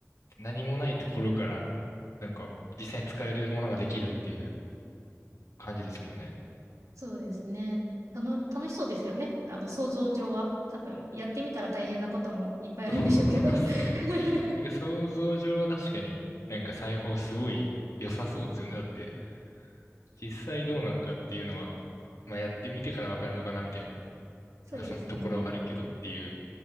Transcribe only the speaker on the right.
そうですね。たの、楽しそうですよね。あの、想像上は。多分、やってみたら大変なこともいっぱいあるんでしょうけど
<laughs>
そうですね。